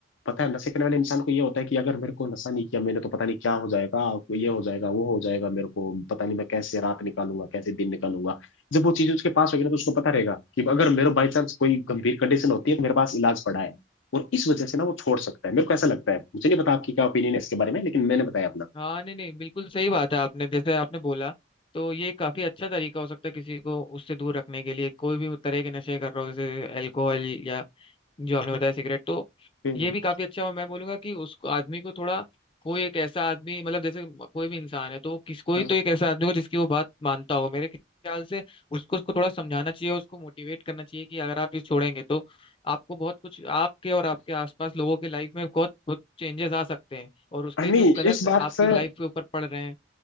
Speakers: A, on the left (about 85°); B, on the left (about 25°).
A: पता है नशे करने वाले इंसान को ये होता है कि अगर मेरे को नशा नहीं किया मैंने तो पता नहीं क्या हो जाएगा ये हो जाएगा वो हो जाएगा मेरे को पता नहीं मैं कैसे रात निकालूंगा कैसे दिन निकालूंगा जब वो चीज उसके पास होगी ना तो उसको पता रहेगा कि अगर मेरे बाई चांस कोई गंभीर कंडीशन होती है तो मेरे पास इलाज पड़ा है और इस वजह से ना वो छोड़ सकता है मेरे को ऐसा लगता है मुझे नहीं पता आपकी क्या ओपिनियन है इसके बारे में लेकिन मैंने बताया अपना
B: हाँ नहीं नहीं बिल्कुल सही बात है आपने जैसे आपने बोला तो ये काफी अच्छा तरीका हो सकता है किसी को उससे दूर रखने के लिए कोई भी तरह के नशे कर रहा हो जैसे अल्कोहल या जो आपने बताया सिगरेट तो
A: हम्म,
B: ये भी काफी अच्छा और मैं बोलूंगा कि उसको आदमी को थोड़ा कोई एक ऐसा आदमी मतलब जैसे कोई भी इंसान है तो वो किस कोई
A: हाँ
B: तो एक ऐसा आदमी हो जिसकी वो बात मानता हो मेरे ख्याल से उसको उसको थोड़ा समझाना चाहिए उसको मोटिवेट करना चाहिए कि अगर आप ये छोड़ेंगे तो आपको बहुत कुछ आपके और आपके आसपास लोगों की लाइफ में बहुत बहुत चेंजेस आ सकते हैं और उसके
A: हाँ नहीं
B: जो गलत
A: इस बात
B: आपकी
A: से
B: लाइफ के ऊपर पड़ रहे हैं